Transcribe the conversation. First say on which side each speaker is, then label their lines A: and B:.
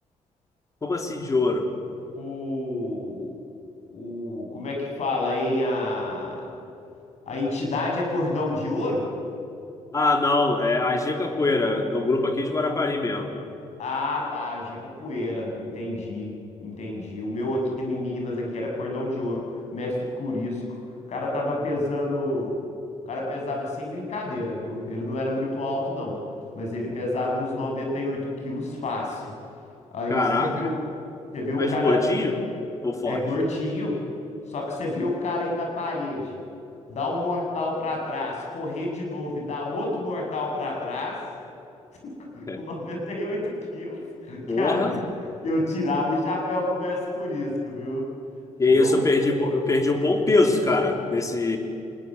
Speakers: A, on the left; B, on the left.
A: Como assim de ouro?
B: O, o, como é que fala, hein? A, a entidade é cordão de ouro?
A: Ah, não. É a G Capoeira. É um grupo aqui de Guarapari mesmo.
B: Ah, tá, G-Capoeira, entendi, entendi. O meu aqui em Minas aqui era cordão de ouro, mestre Curisco. O cara tava pesando, o cara pesava sem brincadeira, viu? Ele não era muito alto não, mas ele pesava uns 98 quilos fácil. Aí
A: Caraca.
B: você vê, o- você vê o
A: Mas
B: cara
A: de gordinho
B: é,
A: ou forte?
B: é gordinho, só que você vê o cara aí na parede, dá um mortal pra trás, correr de novo e dar outro mortal pra trás <laughs>
A: É.
B: com 98 quilos. <laughs>
A: Porra.
B: Cara, eu tirava o chapéu pro mestre Curisco, viu?
A: E
B: Eu.
A: é isso, eu perdi, bo- eu perdi um bom peso, cara, desse,